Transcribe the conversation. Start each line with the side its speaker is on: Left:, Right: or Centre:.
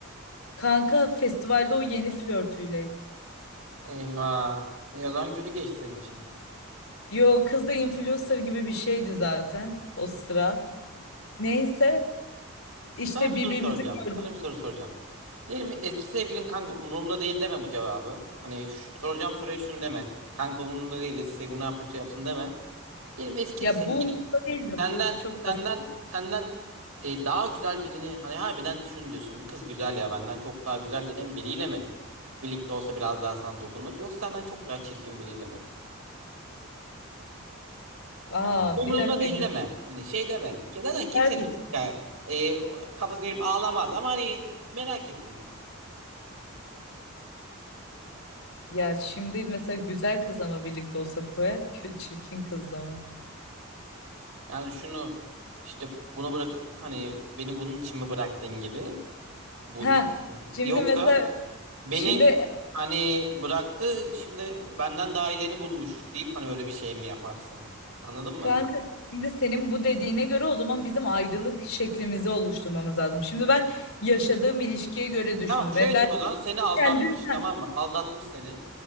Left: Kanka festivalde o yeni flörtüyleydi.
Right: Eyvah. E, o zaman kötü geçti senin için.
Left: Yo kız da influencer gibi bir şeydi zaten o sıra. Neyse işte
Right: Sana bir soru
Left: birbirimizi
Right: soracağım.
Left: gördük.
Right: Sana bir soru soracağım. Diyelim mi eski sevgilin kanka umurumda değil deme bu cevabı. Hani şu- soracağım soruya şunu deme. Kanka umurumda değil eski sevgilin ne yapıyorsa yapsın deme. Diyelim eski
Left: Ya
Right: bir sevgili.
Left: bu umurumda değildi.
Right: Senden
Left: Bu çok
Right: senden
Left: basit.
Right: senden e, daha güzel birini hani harbiden şunu diyorsun. Bu kız güzel ya benden çok daha güzel dediğin biriyle mi? Birlikte olsa biraz daha sana dokunur. Yoksa senden çok daha çirkin biriyle mi?
Left: Aa
Right: Ya bu umurumda
Left: bir dakika
Right: değil deme. Hani şey deme. Zaten kimsenin
Left: güzel bir soru.
Right: ya, e, kafasını girip ağlamaz ama hani merak ettim.
Left: Ya şimdi mesela güzel kızla mı birlikte olsa koyar, kö- çirkin kızla mı?
Right: Yani şunu işte bunu bırakıp hani beni bunun için mi bıraktın gibi. Bu
Left: Ha şimdi
Right: yoksa
Left: mesela
Right: Beni
Left: şimdi
Right: hani bıraktı şimdi benden daha iyileni bulmuş deyip hani öyle bir şey mi yaparsın? Anladın mı?
Left: Kanka şimdi senin bu dediğine göre o zaman bizim ayrılık şeklimizi oluşturmamız lazım. Şimdi ben yaşadığım ilişkiye göre düşündüm.
Right: Tamam şöyle
Left: E ben
Right: diyeyim o zaman seni aldatmış
Left: kendim
Right: tamam
Left: ha,
Right: mı? Aldatmış seni.